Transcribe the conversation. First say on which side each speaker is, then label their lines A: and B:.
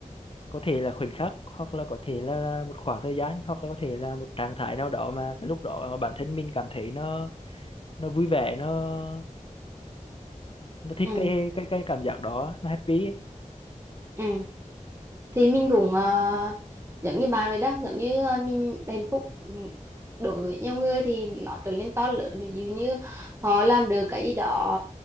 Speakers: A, on the left; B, on the right.
A: có thể là khoảnh khắc hoặc là có thể là, là một khoảng thời gian hoặc là có thể là một trạng thái nào đó mà cái lúc đó bản thân mình cảm thấy nó nó vui vẻ nó nó thích
B: ừ
A: cái cái cái cảm giác đó nó happy ấy.
B: ừ thì mình cũng ờ, giống như bà rồi đó giống như ờ, mình hạnh phúc ừ, đối với nhiều người thì nó trở nên to lớn ví dụ như họ làm được cái gì đó